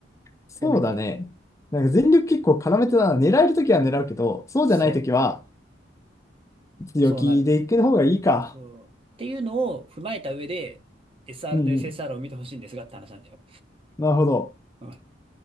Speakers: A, on the left; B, on the right.
A: そうだね。
B: こう見ると。
A: なんか全力結構絡めてたな。狙えるときは狙うけど、そうじゃないときは
B: そう。
A: 強気で行く方がいいか。
B: そうなる。そう。っていうのを踏まえた上で、SR
A: うんうん。
B: と SSR を見てほしいんですがって話なんだよ。
A: なるほど。
B: うん。